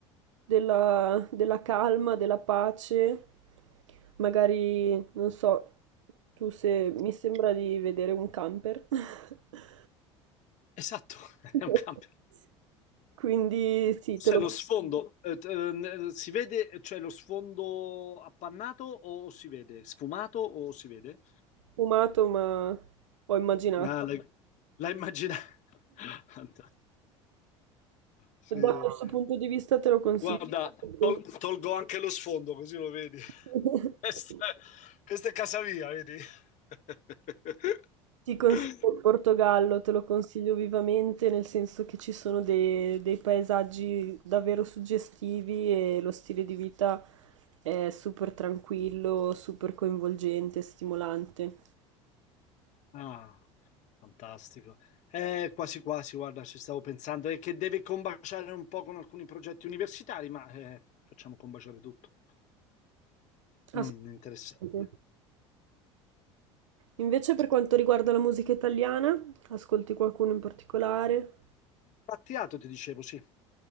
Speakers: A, on the right; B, on the left.
A: della, della calma, della pace, magari, non so, tu se mi sembra di vedere un camper. <laughs>
B: esatto, <laughs>
A: <laughs>
B: è un cambio.
A: Quindi sì,
B: Cioè,
A: te l'ho
B: lo sfondo, eh, t- eh, n- si vede, cioè lo sfondo appannato o si vede? Sfumato o si vede?
A: fumato, ma ho immaginato.
B: Ah, l'hai l'hai immaginato? <laughs> Sì.
A: Da questo punto di vista te lo consiglio.
B: Guarda,
A: molto.
B: tol- tolgo anche lo sfondo così lo vedi.
A: <laughs>
B: <laughs> Questa, questa è casa mia, vedi? <laughs>
A: Ti consiglio il Portogallo, te lo consiglio vivamente, nel senso che ci sono dei, dei paesaggi davvero suggestivi e lo stile di vita è super tranquillo, super coinvolgente, stimolante.
B: Ah, fantastico. Eh, quasi quasi, guarda, ci stavo pensando. È che deve combaciare un po' con alcuni progetti universitari, ma eh, facciamo combaciare tutto.
A: Assolutamente.
B: Mm, interessante.
A: Invece per quanto riguarda la musica italiana, ascolti qualcuno in particolare?
B: Battiato, ti dicevo, sì.